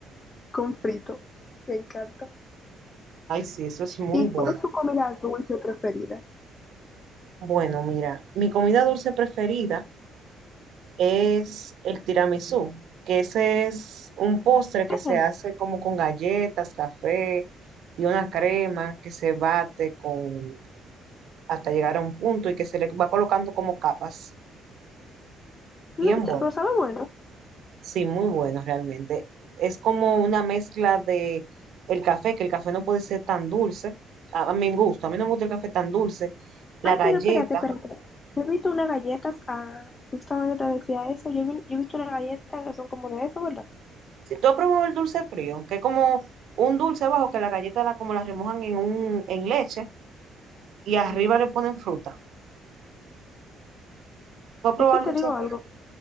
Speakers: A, on the left (about 30°); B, on the right (about 65°).
A: con frito. Me encanta.
B: ay, sí, eso es muy
A: ¿Y
B: bueno.
A: cuál es tu comida dulce preferida?
B: Bueno, mira, mi comida dulce preferida. es el tiramisú, que ese es un postre que
A: ¿Qué
B: se
A: es?
B: hace como con galletas, café y una crema que se bate con hasta llegar a un punto y que se le va colocando como capas.
A: No,
B: Bien
A: es-
B: bueno.
A: pero sabe bueno.
B: Sí, muy bueno realmente. Es como una mezcla de el café, que el café no puede ser tan dulce. A, a mi gusto, a mí no me gusta el café tan dulce. La
A: Ay,
B: galleta.
A: pero espérate, espérate. Yo he visto unas galletas, ah, justamente te decía eso. Yo, vi- yo he visto unas galletas que son como de eso, ¿verdad?
B: Si tú has probado el dulce frío, que es como un dulce bajo que la galleta la, como la remojan en un en leche y arriba le ponen fruta. ¿Tú has probado
A: Es que
B: el
A: te
B: dulce
A: digo
B: de
A: algo.
B: fresa?